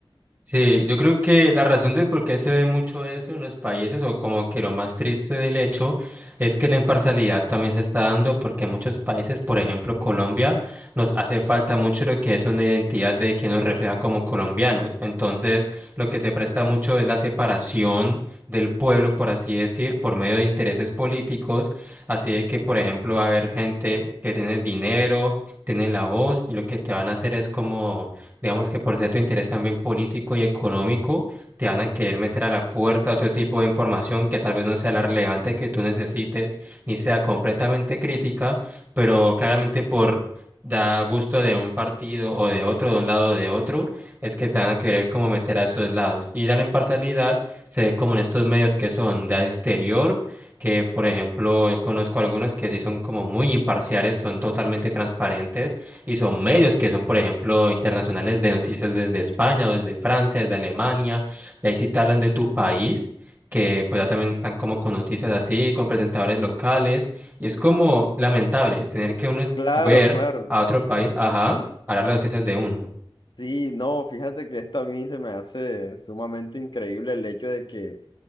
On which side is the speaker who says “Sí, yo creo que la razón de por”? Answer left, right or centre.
Right